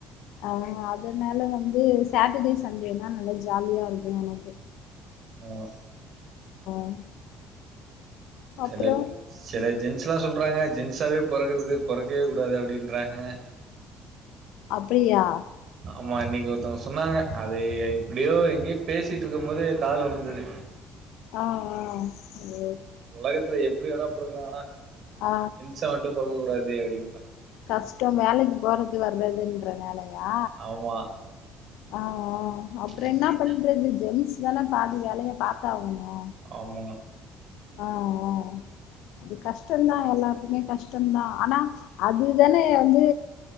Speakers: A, on the left; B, on the right.
A: ஆ அதனால வந்து சாட்டடே சண்டேனா நல்லா ஜாலியா இருக்கு எனக்கு
B: ஓ
A: <inaudible> அப்றோ
B: செலரிக்கா செல ஜென்ஸ்ல்லா சொல்றாங்க ஜென்ஸாவே பொறக்குறது பொறக்கவே கூடாது அப்டின்றாங்க
A: அப்டியா
B: ஆமா இன்னைக்கு ஒருத்தவங்க சொன்னாங்க அது எப்டியோ எங்கயே பேசிட்டு இருக்கும் போது காதுல உளுந்தது
A: ஆ ஆ ஓக்
B: உலகத்துல எப்புடி வேணாப் பொறக்கலா ஆனா
A: ஆ
B: செவ்ட்டு பொறக்க கூடாது அப்புடின்ப
A: கஷ்டம் வேலைக்கு போறது வர்றதுன்றது நாலயா
B: ஆமா
A: ஆ ஆ அப்றோ
B: ம்
A: என்ன பண்றது ஜென்ஸ் தானே பாதி வேலைய பாத்தாகணு
B: ஆமா
A: ஆ ஆ அது கஷ்டம்தா எல்லாருக்குமே கஷ்டம்தான் ஆனா அதுதானே வந்து